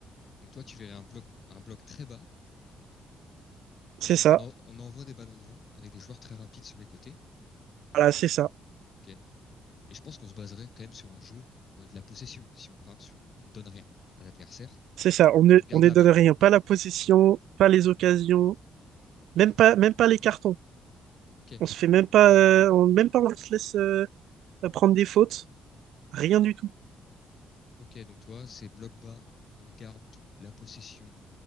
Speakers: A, on the left (about 50°); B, on the right (about 80°).
A: donc toi, tu verrais un bloc, un bloc très bas,
B: C'est
A: et donc
B: ça.
A: on, en- on envoie des ballons devant avec des joueurs très rapides sur les côtés.
B: Voilà, c'est ça.
A: OK. Et je pense qu'on se baserait quand même sur un jeu euh, de la possession. Si on part sur on ne donne rien à l'adversaire,
B: C'est ça. On ne,
A: on garde
B: on ne
A: la
B: donne
A: balle.
B: rien. Pas la possession, pas les occasions, même pas, même pas les cartons.
A: OK.
B: On se fait même pas, euh, on, même pas, on se laisse euh, à prendre des fautes, rien du tout.
A: OK, donc toi, c'est bloc bas, on garde tout, la possession,